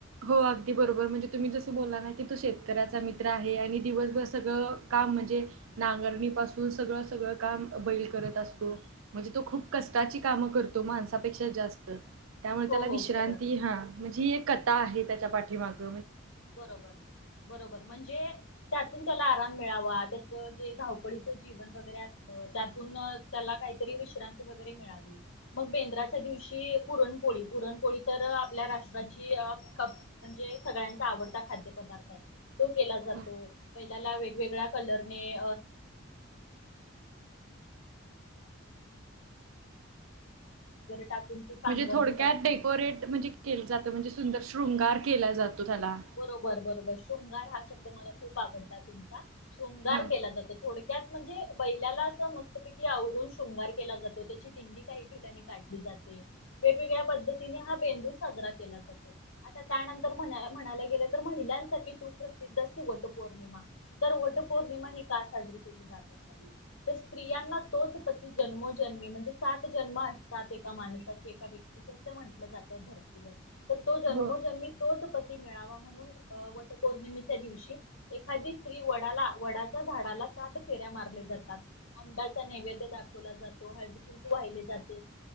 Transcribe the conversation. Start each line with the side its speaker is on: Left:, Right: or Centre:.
Right: हो अगदी बरोबर म्हणजे तुम्ही जसं बोला ना कि तो शेतकऱ्याचा मित्र आ. हे आणि दिवसभर सगळं काम म्हणजे नांगरणी पासून सगळं सगळं काम बैल करत असतो. म्हणजे तो खूप कष्टाची कामं करतो माणसापेक्षा जास्त त्यामुळे
Left: हो
Right: त्याला
Left: हो
Right: विश्रांती
Left: बरोबर.
Right: हा म्हणजे एक कथा आहे त्याच्या पाठीमाग
Left: बरोबर बरोबर म्हणजे त्यातून त्याला आराम मिळावा त्याचं जे धावपळीचं जीवन वगैरे असतं. त्यातून त्याला काहीतरी विश्रांती वगैरे मिळावी मग बेंद्राच्या दिवशी पुरणपोळी, पुरणपोळी तर आपल्या राष्ट्राची म्हणजे सगळ्यां चा आवडता खाद्य पदार्थ आहे. तो केला जातो.
Right: हो.
Left: पहिल्याला वेगवेगळ्या कलरने टाकून ती पांघरली
Right: म्हणजे थोडक्यात
Left: जाते
Right: डेकोरेट म्हणजे केल जात म्हणजे सुंदर शृंगार केला जातो. त्याला
Left: बरोबर बरोबर शृंगार हा शब्द मला खूप आवडला तुमचा शृंगार
Right: हा
Left: केला जातो. थोड त्यात म्हणजे बैलाला असं मस्तपैकी आवरून शृंगार केला जातो. त्याची दिंडी काही ठिकाणी काढली जाते. वेगवेगळ्या पद्धतीने हा बेंदूर साजरा केला जातो. आता त्यानंतर म्हणा म्हणायला गेलं तर महिलांसाठी सुप्रसिद्ध अशी वट पौर्णिमा तर वट पौर्णिमा ही का साजरी केली जात असावी तर स्त्रियांना तोच पती जन्मोजन्मी म्हणजे सात जन्म असतात एका माणसाचे एका व्यक्तीचे असं म्हटलं जातं धर्तीवर तर तो जन्मोजन्मी
Right: हो
Left: तोच प मेळावा म्हणून अ वट पौर्णिमेच्या दिवशी एखादी स्त्री वडाला वडाच्या झाडाला सात फेऱ्या मारल्या जातात. अंब्याचा नैवेद्य दाखवला जातो हळदी कुंकू वाहिले जात.